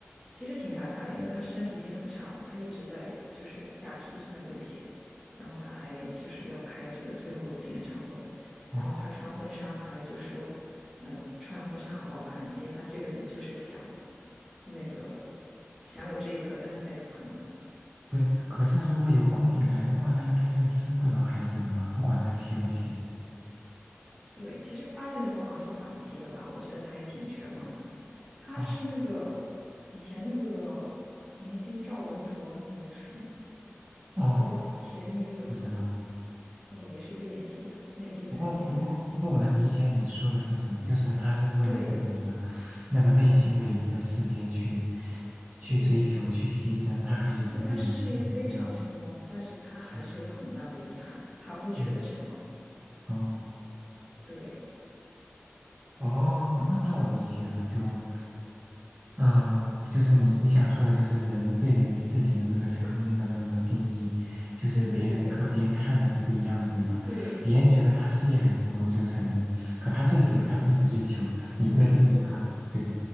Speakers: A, in the centre; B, on the right.
A: 其实挺感慨的，因为他身体其实很差了，他一直在就是下体一直在流血，然后他还就是要开这个最后一次演唱会，
B: 哦，
A: 然后他穿婚纱还就说，嗯、穿婚纱好不好看？其实他这辈子就是想那个想有这一刻，但是再也不可能了。
B: 不是，可是如果有宫颈癌的话，那应该是生不了孩子的吧？不管他切不切。
A: 对，其实发现的时候好像是晚期了吧，我觉得他也挺绝望的。他是那个
B: 哦
A: 以前那个明星赵文卓，你认识吗？
B: 哦，
A: 他的前女友
B: 不知道。
A: 哦，也是一个演戏的内地的演员。
B: 不过不过不过，我能理解你说的是什么，就是他是为了自己的那个内心的一个世界去
A: 对
B: 去追求、
A: 对，
B: 去牺牲，他可以不顾一切。
A: 就他事业非常成功，
B: 对，
A: 但是他还是有很大的遗憾，
B: 嗯
A: 他不觉得成功。
B: 嗯，哦。
A: 对
B: 哦，那那我理解了，就，嗯、就是你你想说的，就是人对于自己的那个成功的那个定义，就是别人和别人看的是不一样的，
A: 对对对
B: 对吧？
A: 对对
B: 别人觉得他事业很成功就是成功，可他自己有他自己的追求，
A: 对，
B: 你不能定义他，
A: 没错，
B: 对吧？